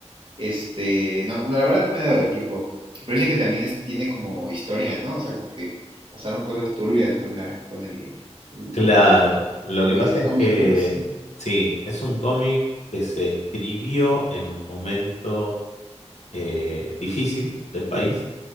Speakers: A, on the right; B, on the left.
A: este, no, no, la verdad no me he dado el tiempo. Pero dicen que también es- tiene como historia, ¿no? O sea, como que pasaron cosas turbias con la, con el, el,
B: claro. Lo
A: el
B: que pasa es
A: cómic,
B: que
A: ¿no? Sí.
B: sí, es un cómic que se escribió en un momento eh, difícil del país,